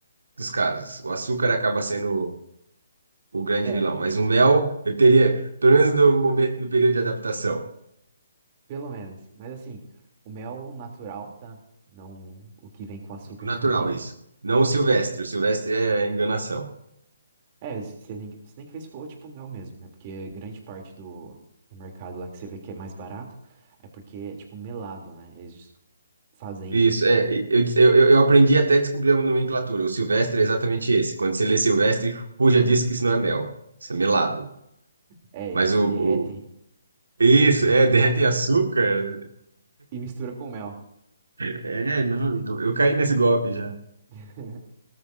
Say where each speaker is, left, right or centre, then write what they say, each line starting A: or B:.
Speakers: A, on the right; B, on the right.
A: dos casos. O açúcar acaba sendo o grande
B: É,
A: vilão. Mas o mel, eu teria, pelo menos no momento, no período de adaptação.
B: Pelo menos. Mas assim, o mel natural, tá? Não o que vem com açúcar
A: O Natural,
B: <laughs> também.
A: isso. Não o silvestre. O silvestre é enganação.
B: É, você tem que, você tem que ver se for tipo mel mesmo, né? Porque grande parte do, do mercado lá que você vê que é mais barato é porque é tipo melado, né? Eles fazem.
A: Isso, é. Eu, eu, eu aprendi até a descobrir a nomenclatura. O silvestre é exatamente esse. Quando você lê silvestre, fuja disso que isso não é mel. Isso é melado.
B: É, eles
A: Mas o,
B: derretem.
A: o- Isso,
B: Eles
A: é,
B: de-
A: derrete açúcar.
B: e mistura com mel.
A: É, não, eu, eu caí nesse golpe já.
B: <laughs>